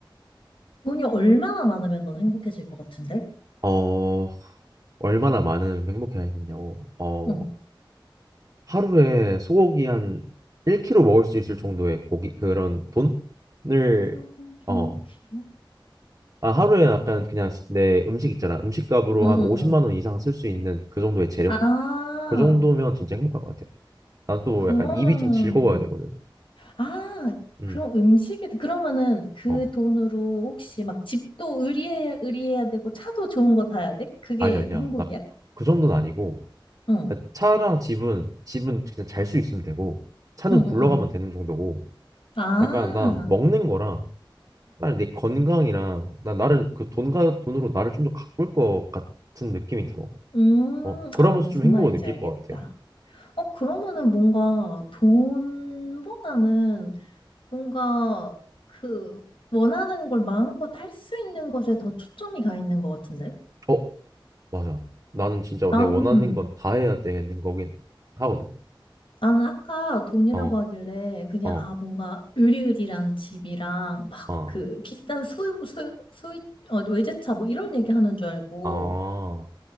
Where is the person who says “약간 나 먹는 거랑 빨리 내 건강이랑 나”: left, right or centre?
Right